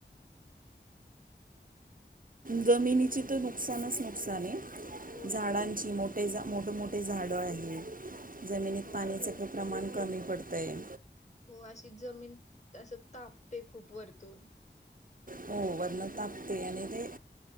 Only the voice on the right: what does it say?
जमिनीची तर नुकसानच नुकसानं,
झाडांची
मोठ तेयजा मोठ मोठे झाडं आहे, जमिनीत
पाण्याचं ते प्रमाण कमी पडतं आहे.
हो वरन तापते आणि ते..